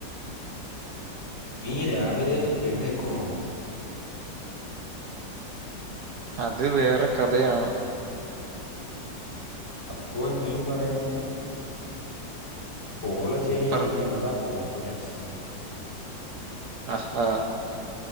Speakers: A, on the left; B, on the right.
A: നീ രാവിലെ എഴുന്നേക്കോ?
B: അത് വേറെ കഥയാണ്
A: അപ്പോൾ നീ പറയുന്നത് ഫോളോ ചെയ്യാൻ
B: പറ
A: എനിക്ക് എന്താ കോൺഫിഡൻസ്
B: അഹാ